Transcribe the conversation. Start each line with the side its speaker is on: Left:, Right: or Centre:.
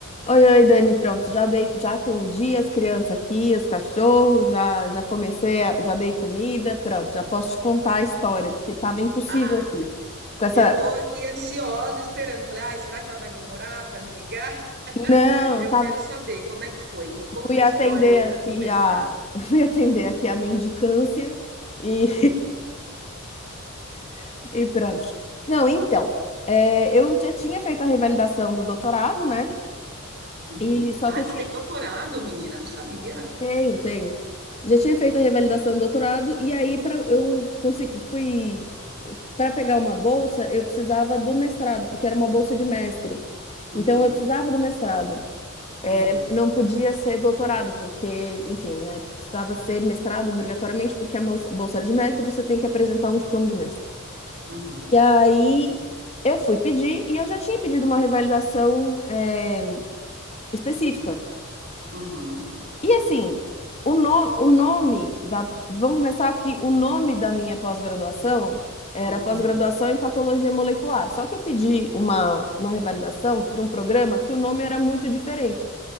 Left: Oi, oi, Dani, pronto, já dei, já atendi as crianças aqui, os cachorros, já, já comecei, a- já dei comida, pronto, já posso te contar a história, porque tava impossível
Right: Ah,
Left: aqui.
Right: que legal.
Left: Com essa,
Right: Eu tô aqui ansiosa esperando. Falei, ai, será que ela vai demorar para me ligar? <laughs>
Left: não,
Right: Eu
Left: tava,
Right: quero saber como é que foi. Me conta
Left: fui
Right: a
Left: atender
Right: história aí
Left: aqui
Right: da- do mestrado.
Left: a, <laughs> fui atender aqui a mendicância e <laughs> e pronto. Não, então, é, eu já tinha feito a revalidação do doutorado, né?
Right: Uhum.
Left: E só
Right: Ah,
Left: que eu
Right: você
Left: tinha
Right: tem doutorado, menina? Não sabia.
Left: Tenho, tenho. Já tinha feito a revalidação do doutorado e aí para eu conseguir fui para pegar uma bolsa, eu precisava do mestrado, porque era uma bolsa de mestre.
Right: Uhum,
Left: Então eu precisava do mestrado. É,
Right: uhum,
Left: não podia ser doutorado, porque, enfim, né, precisava ser mestrado obrigatoriamente, porque a mous- bolsa era de mestre, você tem que apresentar um diploma de mestre.
Right: uhum,
Left: E aí eu fui pedir e eu já tinha pedido uma revalidação, é, específica.
Right: uhum,
Left: E assim, o, no- o nome da. Vamos começar aqui. O nome da minha pós-graduação era pós-graduação
Right: uhum.
Left: em patologia molecular. Só que eu pedi uma, uma revalidação para um programa que o nome era muito diferente.